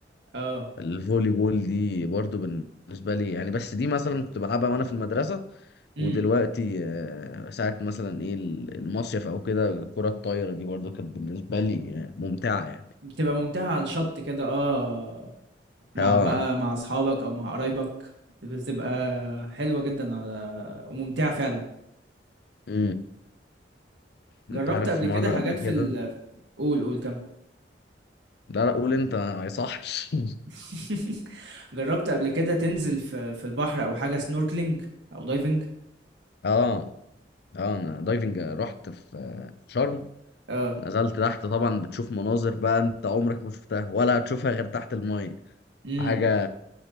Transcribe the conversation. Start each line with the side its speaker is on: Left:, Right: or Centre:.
Right: آه،
Left: الفولي بول دي برضو بالنسبه لي يعني بس دي مثلا كنت بلعبها وانا في المدرسه
Right: إمم،
Left: ودلوقتي آه، ساعه مثلا ايه ال- المصيف او كده الكره الطايره دي برضو كانت بالنسبه لي آه، ممتعه يعني
Right: بتبقى ممتعة على الشط كده آه، مع
Left: اه
Right: بقى مع أصحابك أو مع قرايبك، بتبقى حلوة جدًا على وممتعة فعلًا.
Left: امم انت
Right: جرّبت
Left: عارف
Right: قبل
Left: في مره
Right: كده حاجات
Left: قبل
Right: في
Left: كده
Right: ال قُل، قُل، كمّل.
Left: لا لا قول انت ما يصحش
Right: <laughs> جرّبت قبل كده تنزل في في البحر أو حاجة snorkeling أو diving؟
Left: <laughs> اه اه انا دايفنج رحت في آه، في شرم
Right: آه،
Left: نزلت تحت طبعا بتشوف مناظر بقى انت عمرك ما شفتها ولا هتشوفها غير تحت المية
Right: إمم،
Left: حاجة